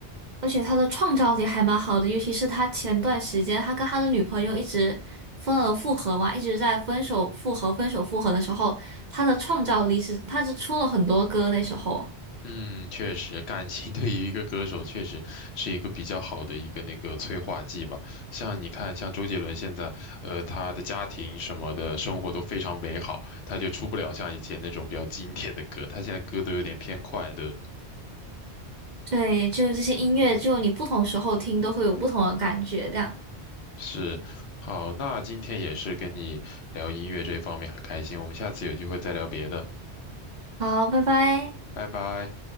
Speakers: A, on the right; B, on the left.
A: 而且他的创造力还蛮好的，尤其是他前段时间他跟他的女朋友一直分而复合嘛，一直在分手复合、分手复合的时候，他的创造力是他是出了很多歌那时候。
B: 嗯，确实，感情 <laughs> 对于一个歌手确实是一个比较好的一个那个催化剂吧。像你看，像周杰伦现在，呃，他的家庭什么的生活都非常美好，他就出不了像以前那种比较经典的歌，他现在歌都有点偏快乐。
A: 对，就这些音乐，就你不同时候听都会有不同的感觉，这样。
B: 是，好，那今天也是跟你聊音乐这方面很开心，我们下次有机会再聊别的，
A: 好，拜拜。
B: 拜拜。